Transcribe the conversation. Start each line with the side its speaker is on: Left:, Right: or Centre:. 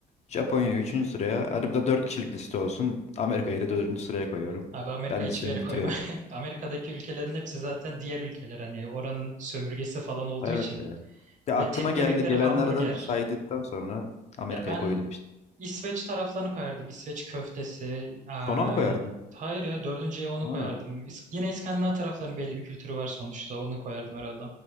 Left: Japonya'yı üçüncü sıraya. Hadi bu da 4 kişilik liste olsun. Amerika'yı da dördüncü sıraya koyuyorum.
Right: Abi Amerika
Left: Ben
Right: hiçbir
Left: listemi
Right: yere
Left: bitiriyorum.
Right: koyma. <laughs> Amerika'daki ülkelerin hepsi zaten diğer ülkeler. Hani oranın sömürgesi falan olduğu
Left: Evet
Right: için.
Left: ya. Ya aklıma
Right: Ve tek
Left: geldi
Right: yemekleri
Left: gelenlerden
Right: hamburger.
Left: saydıktan sonra Amerika'yı
Right: Ya ben
Left: koydum işte.
Right: İsveç taraflarını koyardım. İsveç köftesi. Aa,
Left: Sona mı koyardın?
Right: hayır ya dördüncüye onu
Left: Ha,
Right: koyardım. İs- yine İskandinav taraflarının belli bir kültürü var sonuçta. Onu koyardım herhalde.